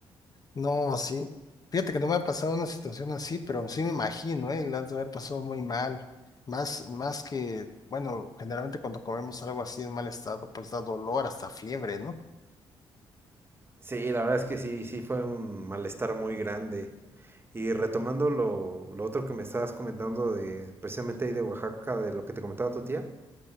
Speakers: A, on the left; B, on the right.
A: No, sí. Fíjate que no me ha pasado una situación así, pero sí me imagino, ¿eh? La has de haber pasado muy mal. Más, más que, bueno, generalmente cuando comemos algo así en mal estado, pues da dolor, hasta fiebre, ¿no?
B: Sí, la verdad es que sí, sí fue un malestar muy grande. Y retomando lo, lo otro que me estabas comentando de precisamente ahí de Oaxaca, de lo que te comentaba tu tía,